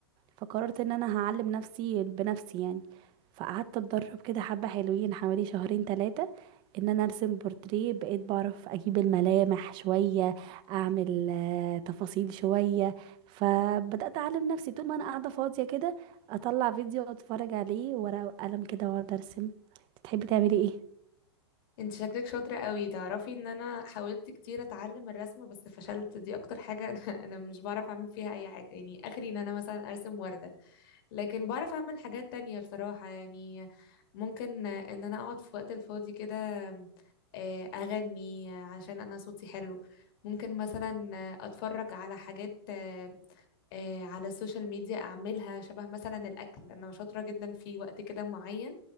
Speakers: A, on the right; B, on the left.
A: فقررت ان انا هعلم نفسي بنفسي يعني فقعدت اتدرب كده حبة حلوين حوالي شهرين ثلاثة ان انا ارسم بورتريه بقيت بعرف اجيب الملامح شوية اعمل آه، تفاصيل شوية فبدأت اعلم نفسي طول ما انا قاعدة فاضية كده اطلع فيديو اتفرج عليه ورقة وقلم كده واقعد ارسم تحبي تعملي ايه
B: انت شكلك شاطرة قوي تعرفي ان انا حاولت كتير اتعلم الرسم بس فشلت دي اكتر حاجة انا <laughs> انا مش بعرف اعمل فيها اي حاجة يعني اخري ان انا مثلا ارسم وردة لكن بعرف اعمل حاجات تانية بصراحة يعني ممكن ان انا اقعد في وقت الفاضي كده آه، اغني عشان انا صوتي حلو ممكن مثلا آه، اتفرج على حاجات آه، آه، على السوشيال ميديا اعملها شبه مثلا الاكل انا شاطرة جدا في وقت كده معين